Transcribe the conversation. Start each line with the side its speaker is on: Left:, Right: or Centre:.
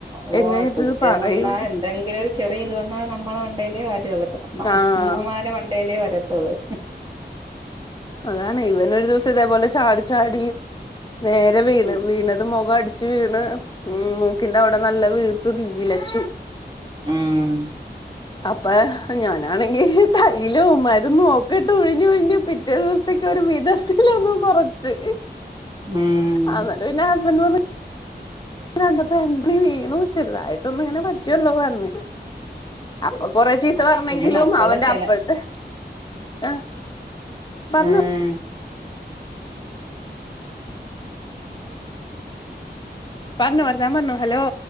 Right: ഓ
Left: എങ്ങനെ ഇപ്പ
Right: കുറ്റം
Left: ഇത് പറയും
Right: വന്നാ എന്തെങ്കിലും ഒരു ചെറിയ ഇത് വന്നാ നമ്മളെ മണ്ടേലെ വരോള്ളു. ഉമ്മ
Left: ആഹ്
Right: ഉമ്മമാരെ മണ്ടേലേ വരതൊള്ളൂ.
Left: അതാണ് ഇവന് ഒരു ദിവസം ഇതേപോലെ ചാടി ചാടി നേരെ വീണ്
Right: ഉം
Left: വീണത് മുഖം അട് ച്ച് വീണ് ഉം മൂക്കിന്റെ അവിടെ നല്ല വീർത്ത് നീലച്ചു.
Right: ആഹ്
Left: അപ്പൊ ഞാനാണെങ്കി തൈലോ മര് ന്നും നോക്കിട്ട് ഉഴിഞ്ഞു ഉഴിഞ്ഞ് പിറ്റേ ദിവസത്തേക് ക്ക് ഒരു വിധത്തിലന്ന് കുറച്ച്
Right: ഉം
Left: അന്നേരം പിന്നെ ഹസ്ബെന്റ് വന്ന് കണ്ടപ്പോ എന്ത് വീണു ചെറുതായിട്ട്ഒന്ന് ഇങ്ങനെ പറ്റിള്ളു പറഞ്ഞ്. അപ്പ കൊറേ ചി ത്ത പറഞ്ഞെങ്കിലും
Right: പിന്നെ മക്കളെ
Left: അവന്റെ
Right: ചെല
Left: അപ്പഴത്തെ ആ പറഞ്ഞു.
Right: ആഹ്
Left: പറഞ്ഞോ പറഞ്ഞോ <unintelligible> ഹലോ.